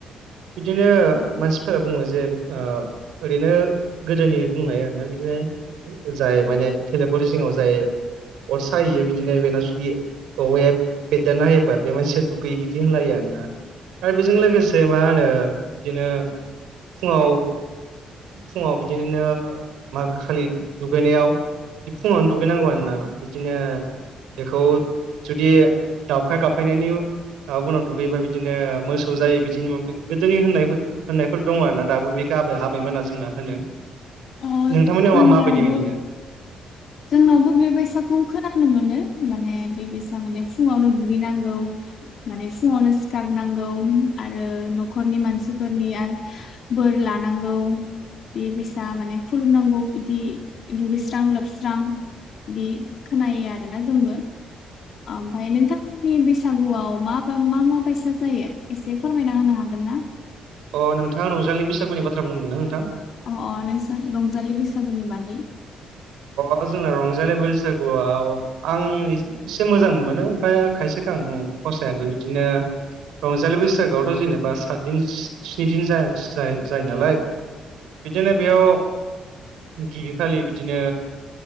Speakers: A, on the right; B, on the left.
A: बिदिनो
B: औ
A: मानसिफोरा बुङो जे ओरैनो गोदोनि बुंनाया आरोना बिदिनो जाय माने फलेगि जिङाव जाय अर साहैयो बिदिनो बेनाव जुदि औवाया बेददारना हायोबा बे मान सो दुगैयि बिदि होनलायो आरोना आरो बेजों लोगोसे मा होनो बिदिनो फुङाव फुङाव बिदिनो मागो खालि दुगैनायाव बिदि फुङावनो दुगैनांगौ आरोना बिदिनो बेखौ जुदि दावखाय गाबफैनायनि उनाव दुगैबा बिदि बिदिनो मोसौ जायो बिदिनो माबा गोदोनि होननायफोर होननायफोर दङ आरो ना दाबो बेखौ आबै आबैमोना जोंना होनो
B: अ
A: नोंथांमोननियावा
B: जोंनियावबो
A: माबायदि बिदिनो
B: जोंनावबो बेबायसाखौ खोनानो मोनो माने बेबायसा माने फुङावनो दुगैनांगौ माने फुङावनो सिखारनांगौ आरो न'खरनि मानसिफोरनि बोर लानांगौ बे फैसा माने खुलुमनांगौ बिदि दुगैस्रां लोब हास्रां बिदि खोनायो आरोना जोंबो ओमफ्राय नोंथां प्रि बैसागुआव मा मा मा बायसा जायो एसे फोरमायना होनो हागोन ना
A: अहोंथाङा रंजालि बैसागुनि बाथ्रा बुंदों ना नोंथां
B: अ अ नोंसा रंजालि बैसागुनि बागै
A: अ जोंना रंजालि बैसागुआव आं इस एसे मोजां मोनो ओमफ्राय खायसे खां फसायाबो बिदिनो रंजालि बैसागोआवथ' जेनेबा सातदिन स्नि दिन जायो नालाय बिदिनो बेयाव गिबि खालि बिदि बिदिनो